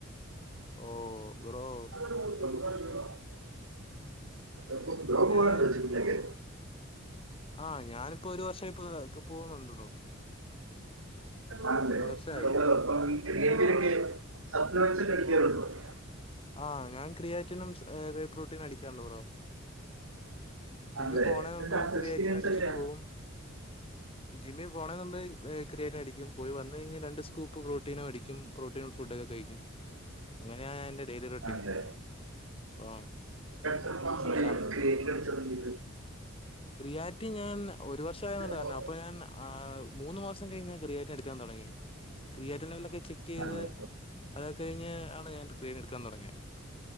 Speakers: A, on the left (about 30°); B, on the right (about 85°).
A: ഓഹ് ബ്രോ.
B: <unintelligible> <unintelligible> ബ്രോ
A: പിന്നെ
B: പോണുണ്ടോ ജിമ്മിലൊക്കെ?
A: ആഹ് ഞാനിപ്പോ ഒരു വർഷായിപ്പ പോന്നുണ്ട് ബ്രോ.
B: ആണല്ലേ
A: ഒരു വർഷായി.
B: <inaudible>
A: ആഹ് ഞാൻ ക്രിയാറ്റിനും സ് <unintelligible> പ്രോട്ടീനും അടിക്കാറുണ്ട് ബ്രോ. ജിമ്മി
B: ആണല്ലേ
A: പോണേന് മുമ്പ്
B: എന്താ
A: ക്രിയാറ്റിൻ
B: എക്സ്പീരിയൻസ്
A: അടിച്ചിട്ട്
B: എങ്ങനെയാണ്
A: പോവും ജിമ്മി പോണേന് മുമ്പേ ഏഹ് ക്രിയാറ്റിൻ അടിക്കും പോയി വന്ന് കഴിഞ്ഞാ രണ്ട് സ് കൂപ്പ് പ്രോട്ടീനും അടിക്കും പ്രോട്ടീൻ ഫുഡൊക്കെ കഴിക്കും അങ്ങനെയാണ് എൻ്റെ ഡെയിലി റൊട്ടീൻ.
B: ആണല്ലേ
A: ആഹ്
B: എത്ര മാസായി
A: ആ സ
B: ക്രിയേറ്റിൻ അടിച്ച് തൊടങ്ങിയിട്ട്
A: ക്രിയാറ്റിൻ ഞാൻ ഒരു വർഷ ആയെന്നല്ലേ പറഞ്ഞേ
B: ഓ.
A: അപ്പം ഞാൻ ആഹ് മൂന്ന് മാസം കഴിഞ്ഞാ ക്രിയാറ്റി എടുക്കാൻ തൊടങ്ങിയെ ക്രിയാറ്റിൻ ലെവലൊക്കെ ചെക്ക് ചെയ്ത്
B: ആണല്ലേ
A: അതൊക്കെ കഴിഞ്ഞ് ആണ് ഞാൻ ക്രീൻ എടുക്കാൻ തൊടങ്ങിയെ